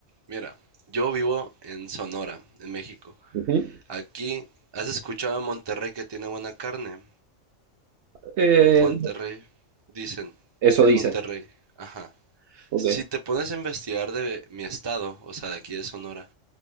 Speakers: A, on the right; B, on the right.
A: mira, yo vivo en Sonora, en México.
B: Ujú.
A: Aquí, ¿has escuchado de Monterrey que tiene buena carne?
B: Eh,
A: Monterrey, dicen.
B: eso dicen.
A: Monterrey, ajá.
B: Ok.
A: Si te pones a investigar de mi estado, o sea, de aquí de Sonora,